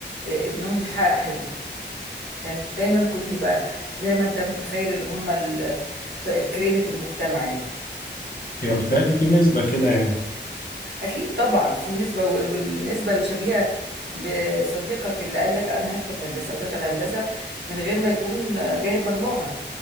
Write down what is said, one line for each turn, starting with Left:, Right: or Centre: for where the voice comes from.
Right: آه، ابنهم يحقق حلمه يعني مش دايما كو- بيبقى زي ما انت متخيل اللي هم ال- الكريمة المجتمع يعني
Left: يعني بتهيألي في نسبة كده يعني
Right: اكيد طبعا في نسبه و- والنسبه الشبيهه بصديقك اللي قال لك انا هدخل هندسه ودخل هندسه من غير ما يكون جايب مجموعها